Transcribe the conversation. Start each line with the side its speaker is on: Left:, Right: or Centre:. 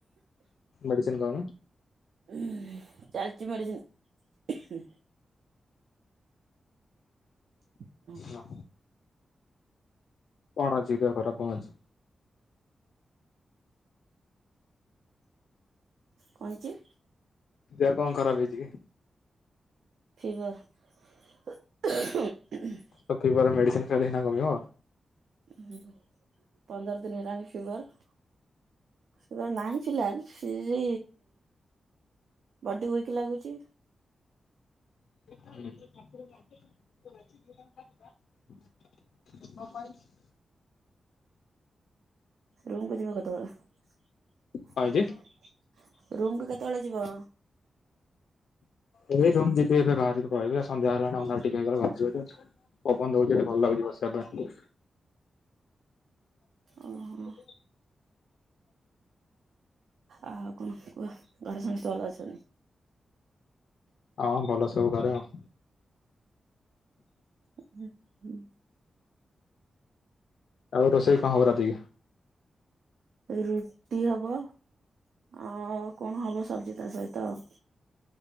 Left: ମେଡ଼ିସିନ୍ ଖାଉନ।
Right: <unintelligible> ଚାଲିଚି ମେଡ଼ିସିନ୍। <unintelligible>
Left: ହଁ କଣ ଅଛି ଦେହ ଖରାପ କଁ ଅଛି।
Right: କଁ ହେଇଚି।
Left: ଦେହ କଁ ଖରାପ ହେଇଚି କି?
Right: ଫିବର୍।
Left: ଆଉ ଫିବର୍ ମେଡ଼ିସିନ୍ ଖାଇଲେ ସିନା କମିବ।
Right: ହୁଁ ପନ୍ଦର ଦିନି ହେଲାଣି ଫିବର। <unintelligible> ଫିର୍ବି ବଡି ୱିକ୍ ଲାଗୁଚି।
Left: <unintelligible> <unintelligible>
Right: ରୁମ୍ କୁ ଯିବ କେତୋବୋଳେ
Left: କଣ ହେଇଛି?
Right: ରୁମ୍ କୁ କେତୋବୋଳେ ଯିବ।
Left: ଏବେ ରୁମ୍ ଯିବି ଏବେ ବାହାରିବି ପଳେଇବି ଆ ସନ୍ଧ୍ୟା ହେଲାଣି ଅନ୍ଧାର ଟିକେ ହେଇଗଲେ ବାହାର <unintelligible> ପବନ ଦୋଉଚି ଏଠି ଭଲ ଲାଗୁଚି ବସିବା ପାଇଁ
Right: ଓହୋ
Left: <unintelligible>
Right: ଆଉ କଣ କୁହ ଘରେ ସମସ୍ତେ ଭଲ ଅଛନ୍ତି।
Left: ହଁ ଭଲ ସବୁ ଘରେ ଆଉ।
Right: ହୁଁ ହୁଁ।
Left: ଆଉ ରୋଷେଇ କଁ ହବ ରାତିକି।
Right: ରୁଟି ହବ ଆଉ କଣ ହବ ସବଜି ତା ସହିତ ଆଉ।